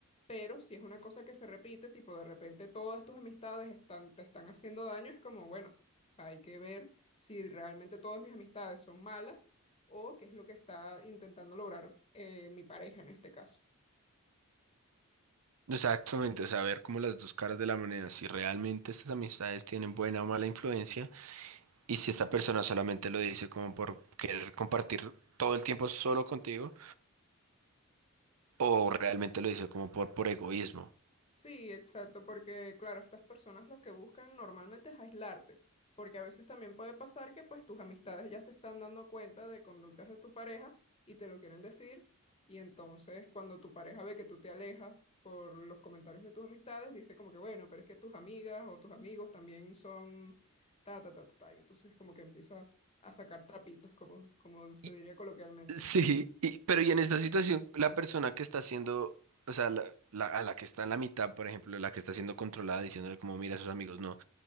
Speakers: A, on the left; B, on the right.
A: Pero si es una cosa que se repite, tipo de repente todas tus amistades están, te están haciendo daño, es como, bueno, o sea, hay que ver si realmente todas mis amistades son malas o qué es lo que está intentando lograr eh, mi pareja en este caso.
B: Exactamente, o sea, ver como las dos caras de la moneda, si realmente estas amistades tienen buena o mala influencia y si esta persona solamente lo dice como por querer compartir todo el tiempo solo contigo o realmente lo dice como por, por egoísmo.
A: Sí, exacto, porque claro, estas personas lo que buscan normalmente es aislarte, porque a veces también puede pasar que pues tus amistades ya se están dando cuenta de conductas de tu pareja y te lo quieren decir, y entonces cuando tu pareja ve que tú te alejas por los comentarios de tus amistades, dice como que bueno, pero es que tus amigas o tus amigos también son ta ta ta ta, ta", y entonces como que empieza a sacar trapitos, como como se
B: Y-
A: diría coloquialmente.
B: Sí, y- pero y en esta situación la persona que está siendo, o sea, la, la- a la que está en la mitad, por ejemplo, la que está siendo controlada diciéndole como mira a sus amigos, no,